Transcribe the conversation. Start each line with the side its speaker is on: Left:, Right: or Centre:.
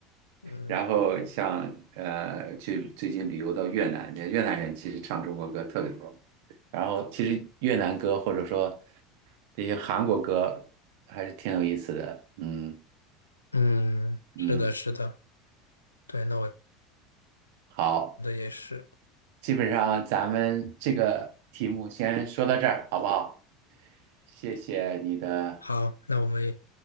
Left: 嗯。
Right: 然后像呃，去最近旅游到越南，越南人其实唱中国歌特别多，然后其实越南歌或者说这些韩国歌还是挺有意思的，嗯
Left: 嗯，
Right: 嗯，
Left: 是的，是的，对，那我觉
Right: 好，
Left: 得也是。
Right: 基本上咱们这个题目先说到这儿，好不好？谢谢你的，
Left: 好，那我们